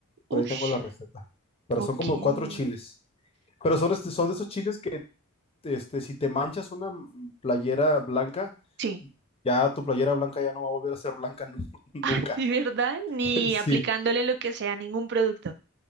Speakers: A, on the left; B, on the right.
A: Por
B: Ush,
A: ahí tengo la receta. Pero
B: ok.
A: son como cuatro chiles. Pero son, este, son de esos chiles que, este, si te manchas una m- playera blanca,
B: Sí,
A: ya tu playera blanca ya no va a volver a ser blanca nu- <laughs> nunca.
B: <laughs> de verdad, ni
A: <laughs> Sí.
B: aplicándole lo que sea a ningún producto.